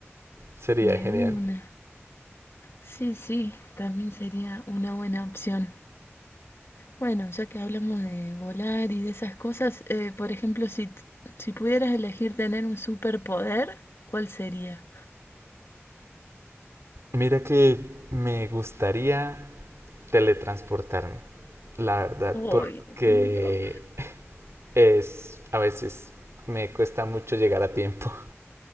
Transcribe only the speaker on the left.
De
una. Sí, sí, también sería una buena opción. Bueno, ya que hablamos de volar y de esas cosas, eh, por ejemplo, si, t- si pudieras elegir tener un superpoder, ¿cuál sería?
ay no.